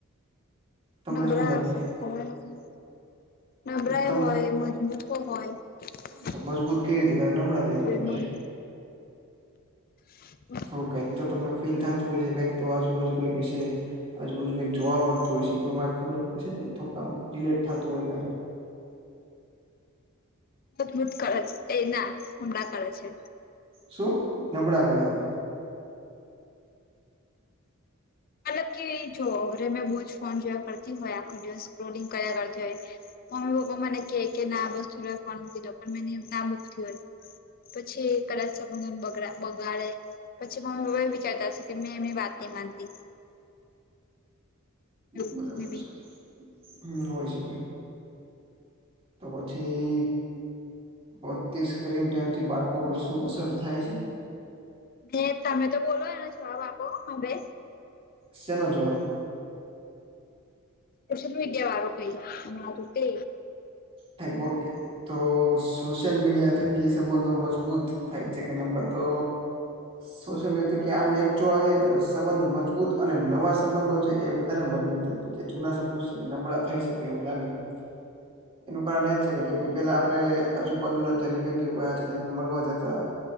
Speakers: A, on the right; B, on the left.
A: તમને
B: નબળા
A: શું લાગે
B: હશે ખબર નહીં. નબળઈ
A: તમ
B: હોય મજબૂતો હોય જ નહીં.
A: તો મજબૂત કઈ રીતે કરે નબળા કઈ રીતે કરે.
B: મને <unintelligible>
A: થોડું કઈક તો તમને ફીલ થતું હોય છે કઈક તો આજુબાજુ કંઈક હસે. આજુબજુ કઈક જોવા મળતું હોય છે એ પ્રમાણે ખબર પડે છે ને થોડું આમ રિલેટ થતું હોય કઈ.
B: મજબૂત કરે છે એ ના <unintelligible> કરે છે.
A: શું નબળા કરે છે.
B: કારણ કે જો રે મેં <unintelligible> ફોન જોયા કરતી હોય આખો દિવસ સ્ક્રોલિંગ કર્યા કરતી હોય મમ્મી પપ્પા મને કે કે ના બસ થો ફોન મૂકી દો પણ મે ના મૂકતી હોય. પછી કદાચ <unintelligible> બગડા બગાડે પછી મમ્મી પપ્પા એ વિ વિચારતા છે કે મે મે વાત ની માનતી. એવું
A: બરાબર
B: મે બી
A: છે હમ્મ હોય શકે. તો પછી પોતે સ્ક્રીન ટાઈમથી બાળકો પર શું અસર થાય છે
B: હે તમે તો બોલો એનો છવા બાપો હવે
A: સનોો જોક
B: પછ ત ગયા વારો કઈ હમણાં તોું તે
A: <unintelligible> ઓકે. તો સોશિયલ મીડિયા થકી એ સંબંધો મજબૂત થાય છે કે ને હમણાં તો સોશિયલ મીડિયાકે આમ એક જોવા જઈએ તો સંબંધ મજબૂત અને નવા સંબંધો છે એ વધારે મજબૂત તે તો તે જૂના સપનું છે એ નબળા થઈ શકે એવું લાગે છે. એનું કારણ એજ છે કે કેમ કે પેલા આપડે આજુબાજુના જે રિલેટિવ આવયા છે તેને મળવા જતા.